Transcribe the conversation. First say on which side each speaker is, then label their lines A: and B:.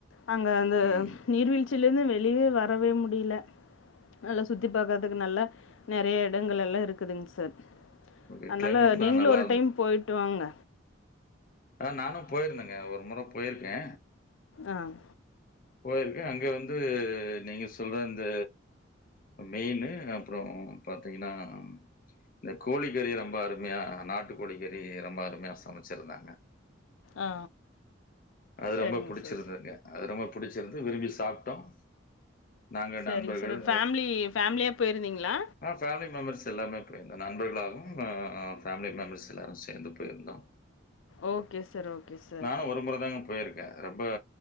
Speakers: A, on the left (about 80°); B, on the left (about 45°).
A: அங்க அந்த
B: ம்.
A: நீர்வீழ்ச்சியில இருந்து வெளியே வரவே முடியல நல்லா சுத்தி பாக்குறதுக்கு நல்ல நெறைய இடங்கள் எல்லாம் இருக்குதுங்க சார்
B: ஓகே.
A: அதனால
B: கிளைமேட்லாம்
A: நீங்களும்
B: நல்லா
A: ஒரு டைம் போயிட்டு வாங்க
B: ஆஹ் நானும் போயிருந்தேங்க ஒரு முறை போயிருக்கே
A: ஆஹ்
B: போயிருக்கே அங்க வந்து நீங்க சொல்ற இந்த மீனு அப்புறம் பாத்தீங்கன்னா இந்த கோழிக்கறி ரொம்ப அருமையா நாட்டு கோழிக்கறி ரொம்ப அருமையா சமைச்சிருந்தாங்க
A: ஆ
B: அது
A: சரிங்க
B: ரொம்ப புடிச்சிருந்ததுங்க
A: சார்
B: அது ரொம்ப புடிச்சிருந்து விரும்பி சாப்புட்டோம் நாங்க
A: சரிங்க
B: நண்பர்கள்
A: சார் ஃபேமிலி ஃபேமிலியாக போயிருந்தீங்களா
B: ஆஹ பேமிலி மெம்பர்ஸ் எல்லாமே போயிருந்தோம் நண்பர்களாகவும் ஃபேமிலி மெம்பர்ஸ் எல்லாரும் சேர்ந்து போயிருந்தோம்
A: ஓகே சார் ஓகே சார்
B: நானும் ஒரு முறை தாங்க போயிருக்கேன் ரொம்ப